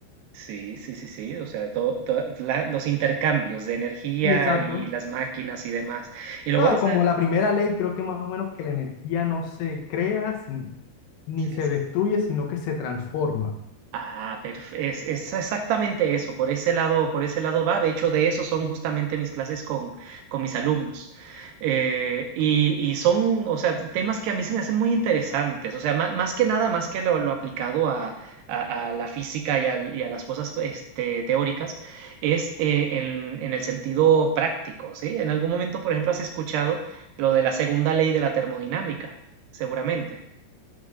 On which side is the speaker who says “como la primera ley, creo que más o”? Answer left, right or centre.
Left